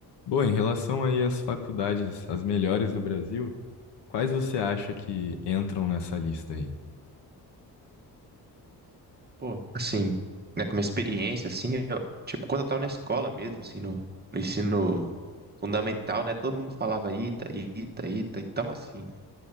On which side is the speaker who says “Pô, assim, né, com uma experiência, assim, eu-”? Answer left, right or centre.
Right